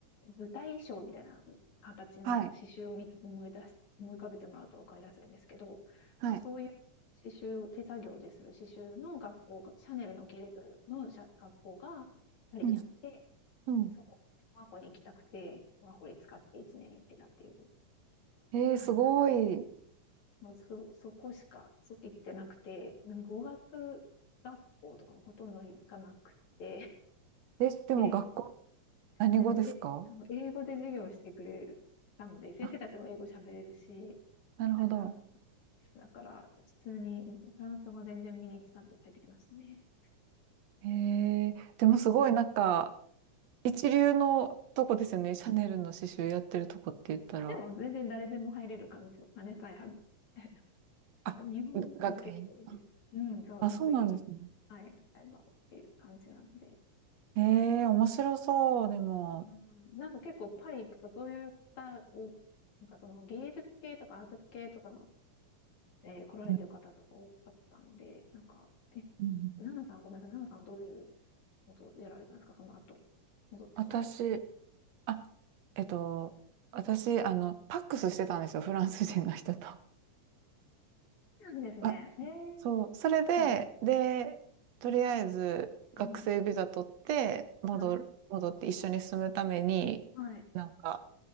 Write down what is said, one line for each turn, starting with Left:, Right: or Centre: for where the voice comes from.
Left: 舞台衣装みたいな形の刺繍を見つ思い出し、
Right: はい。
Left: 思い浮かべてもらうと分かりやすいんですけど、
Right: はい。
Left: なんかそういう刺繍を手作業でする刺繍の学校が、シャネルの系列の社学校がパリにあって、
Right: うん。うん。
Left: そこ、ワーホリに行きたくて、ワーホリ使って1年行ってたっていう
Right: えー、
Left: 感じだったんです。
Right: すごい。
Left: もうそ、そこしかそ行ってなくて、語学学校とかもほとんど行かなくて、
Right: え、でも学校、
Left: で、
Right: 何語ですか
Left: でも、え、でも英語で授業してくれたので、先生たちも英語喋れるし、
Right: あ、なるほど。
Left: なんか、だから、普通にフランス語全然身につかず帰ってきましたね。
Right: へえ、でもすごいなんか、一流のとこですよね。シャネルの刺繍やってるとこって言ったら。
Left: でも、全然誰でも入れる感じですよ。金さえ払ってみたいな。<laughs> なんか、
Right: あ、
Left: 日本人結構多いです。
Right: 学院。あ、
Left: うん、そう、
Right: あそうなんですね。
Left: 学費、はい、使えばっていう感じなので。
Right: へえ、面白そう。でも、
Left: うんなんか結構パリ行くとそういった、おなんかその芸術系とかアート系とかので来られてる方とか多かったんで、
Right: うん
Left: なんか、え、
Right: うん
Left: ナナさん、ごめんなさい、ナナさんはどういうことをやられたんですか、その後、戻ってこられて。
Right: 私、あ、えっと、私、あの、パックスしてたんですよ。フランス人の人と。
Left: そうなんですね。
Right: あ、
Left: えー、
Right: そう。それで、
Left: はい、
Right: で、とりあえず、学生ビザ取って、
Left: はい、
Right: 戻る、
Left: はい、
Right: 戻って一緒に住むために、
Left: はい、
Right: なんか、